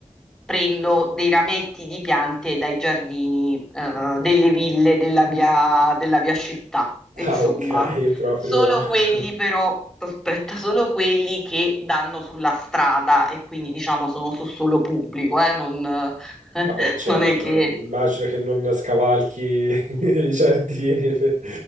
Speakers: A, in the centre; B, on the right.
A: prendo dei rametti di piante dai giardini, eh, delle ville della mia, della mia città,
B: Ah,
A: insomma.
B: ok,
A: Ah,
B: proprio...
A: Solo
B: <laughs>
A: quelli però, aspetta, solo quelli che danno sulla strada e quindi diciamo sono su solo pubblico, eh, non, <laughs>
B: Vabbè, certo,
A: non è che...
B: immagino che non scavalchi <laughs> i giardini per,